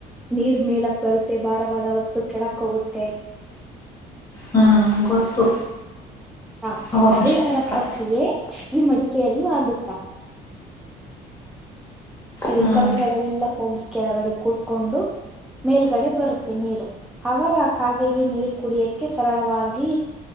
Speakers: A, in the centre; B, on the left.
A: ನೀರ್ ಮೇಲಕ್ ಬರುತ್ತೆ ಭಾರವಾದ ವಸ್ತು ಕೆಳಕ್ ಹೋಗುತ್ತೆ
B: ಹ್ಮ್ ಗೊತ್ತು
A: ಹಾ
B: ಭೌತಶಾಸ್ತ್ರ
A: ಅದೇ ತರ ಪ್ರಕ್ರಿಯೆ ಈ ಮಡಿಕೆಯಲ್ಲೂ ಆಗುತ್ತಾ ಇದು
B: ಹ್ಮ್
A: ಕಲ್ಲುಗಳೆಲ್ಲಾ ಹೋಗಿ ಕೆಳಗಡೆ ಕೂತ್ಕೊಂಡು ಮೇಲ್ಗಡೆ ಬರುತ್ತೆ ನೀರು ಅವಾಗ ಕಾಗೆಗೆ ನೀರು ಕುಡಿಯಕ್ಕೆ ಸರಳವಾಗಿ